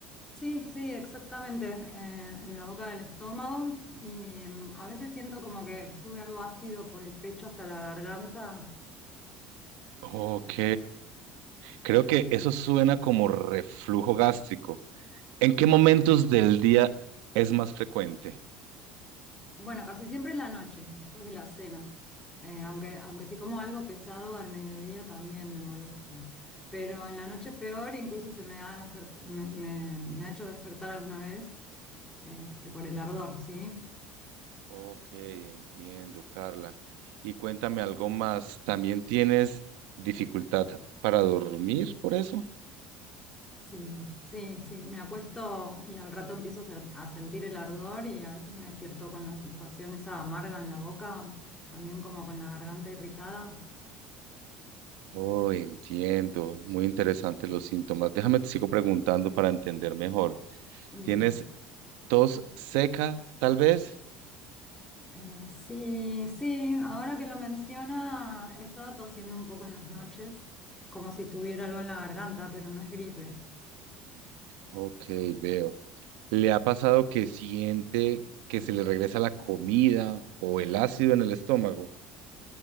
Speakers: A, on the left; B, on the right.
A: Sí, sí, exactamente, eh, en la boca del estómago. Y mm, a veces siento como que sube algo ácido por el pecho hasta la garganta.
B: Ok, creo que eso suena como reflujo gástrico. ¿En qué momentos del día es más frecuente?
A: Bueno, casi siempre en la noche, después de la cena. Eh, aunque, aunque si como algo pesado al mediodía también me molesta. Pero en la noche es peor, incluso se me ha, despert- me, me- me ha hecho despertar alguna vez este, por el ardor, ¿sí?
B: Ok, entiendo, Carla. Y cuéntame algo más. ¿También tienes dificultad para dormir por eso?
A: Sí, sí, sí. Me acuesto y al rato empiezo a, ser- a sentir el ardor y a veces me despierto con la sensación esa amarga en la boca, también como con la garganta irritada.
B: Oh, entiendo. Muy interesantes los síntomas. Déjame te sigo preguntando para entender mejor.
A: Bien.
B: ¿Tienes tos seca, tal vez?
A: Eh, sí, sí, ahora que lo menciona, he estado tosiendo un poco en las noches, como si tuviera algo en la garganta, pero no es gripe.
B: Ok, veo. ¿Le ha pasado que siente que se le regresa la comida o el ácido en el estómago?